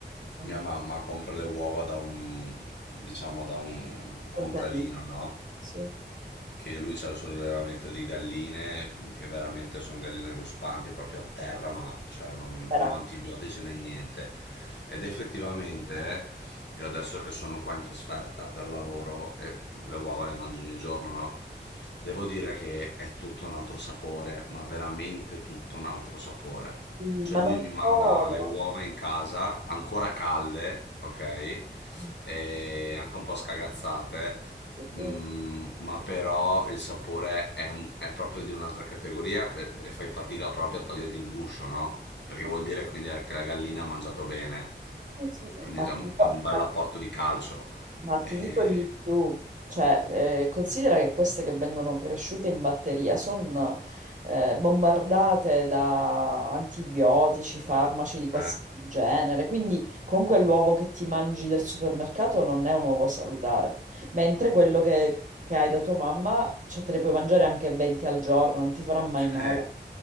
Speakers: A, on the right (about 45°); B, on the left (about 75°).
A: ah,
B: mia mamma compra le uova da un, diciamo, da un contadino,
A: contadini,
B: no?
A: sì,
B: Che lui c'ha il suo allevamento di galline, che veramente sono galline ruspanti, proprio a terra, ma cioè, non,
A: era.
B: non antibiotici né niente. Ed effettivamente, io adesso che sono qua in trasferta per lavoro, e le uova le mangio ogni giorno, no? Devo dire che è tutto un altro sapore, ma veramente tutto un altro sapore.
A: Sì,
B: Cioè
A: Ma
B: lui
A: non
B: mi manda
A: solo.
B: le uova in casa, ancora calde, ok?
A: Sì,
B: E anche un po' scagazzate,
A: sì,
B: mm, ma però il sapore è, un- è proprio di un'altra categoria e e fai fatica proprio a togliergli il guscio, no? Perché
A: sì,
B: vuol dire quindi che la gallina ha mangiato bene,
A: sì, sì.
B: quindi
A: Ma
B: già
A: ti
B: un-
A: dico-
B: ha un bel
A: ma ti
B: apporto
A: dico
B: di calcio.
A: Ma ti
B: E,
A: dico di più, cioè, eh, considera che queste che vengono cresciute in batteria sono eh, bombardate da antibiotici, farmaci di qualsiasi
B: eh.
A: genere, quindi comunque l'uovo che ti mangi del supermercato non è un uovo salutare, mentre quello che, che hai da tua mamma, cioè, te ne puoi mangiare anche 20 al giorno, non ti farà mai male.
B: Eh,